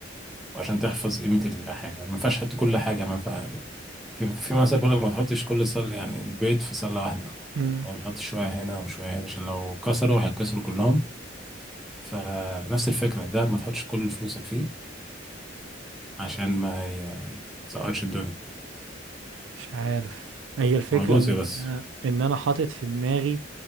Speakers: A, in the centre; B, on the right (about 75°).
A: وعشان تحفظ قيمة الحاجة ما ينفعش تحط كل حاجة ما ينفع في في مثلا بيقول لك ما تحطش كل سلة يعني البيض في سلة واحدة
B: مم.
A: تمام حط شوية هنا وشوية هنا عشان لو كسروا هيتكسروا كلهم فنفس الفكرة ده ما تحطش كل فلوسك فيه عشان ما يسقطش الدنيا
B: مش عارف هي الفكرة
A: هو جزء
B: ان
A: بس
B: انا ان انا حاطط في دماغي